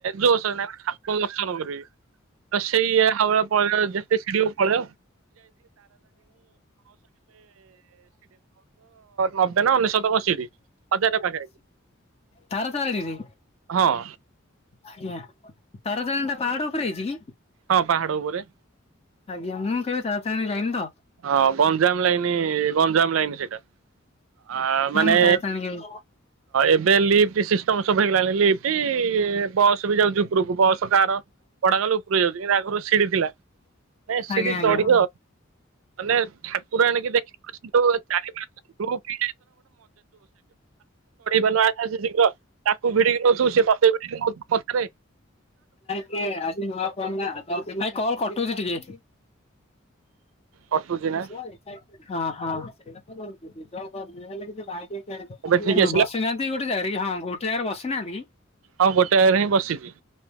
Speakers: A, on the right; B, on the left.
A: ଜୋଶ <unintelligible> ଠାକୁର ଙ୍କୁ ଦର୍ଶନ କରିବି। ତ ସେଇ। <unintelligible> <unintelligible> ନବେ ନା ଅନେଶତ କଣ ସିଡ଼ି ହଜାର ପାଖା ପାଖି।
B: ତାରା ତାରିଣୀରେ
A: ହଁ।
B: ଆଜ୍ଞା। ତାରତାରିଣୀ ଟା ପାହାଡ ଉପରେ ହେଇଚି କି?
A: ହଁ ପାହାଡ଼ ଉପରେ।
B: ଆଜ୍ଞା। ମୁଁ କେବେ ତାରାତାରିଣୀ ଯାଇନି ତ।
A: ହଁ ଗଞ୍ଜାମ ଲାଇନ ଗଞ୍ଜାମ ଲାଇନ ସେଇଟା। ଆ
B: ନା
A: ମାନେ
B: ମୁଁ ତାରାତାରିଣୀ କେବେ
A: ଏବେ ଲିଫ୍ଟ ସି ସବୁ ହେଇଗଲାଣି ଲିଫ୍ଟ ବସ ବି ଯାଉଚି ଉପରକୁ ବସ କାର ଭଡା କଲେ ଉପରକୁ ଯାଉଚି। କିନ୍ତୁ ଆଗରୁ ସିଡି ଥିଲା। ନାଇ ସିଡି
B: ଆଜ୍ଞା ଆଜ୍ଞା।
A: ଚଢିବ ମାନେ ଠାକୁର ଆଣିକି ଦେଖି। <unintelligible> <unintelligible> ଆରେ ତୁ ଚଢ଼ି ପାରୁନୁ। ଆସେ ଆସେ ଶୀଘ୍ର। ତାକୁ ଭିଡିକି ନଉଥୁବୁ, ସେ ତତେ ଭିଡିକି ନଉଥିବ ପଛରେ।
B: <unintelligible> ନାଇଁ କଲ କଟୁଛି ଟିକେ।
A: କଟୁଛି
B: ଅ
A: ନା
B: ହଁ। ବସିନାହାନ୍ତି ଗୋଟେ ଜାଗାରେ କି ହଁ
A: ଏବେ ଠିକ ଆସିଲା
B: ଗୋଟେ ଜାଗାରେ ବସିନାହାନ୍ତି କି?
A: ହଁ ଗୋଟେ ଜାଗାରେ ହିଁ ବସିଚି।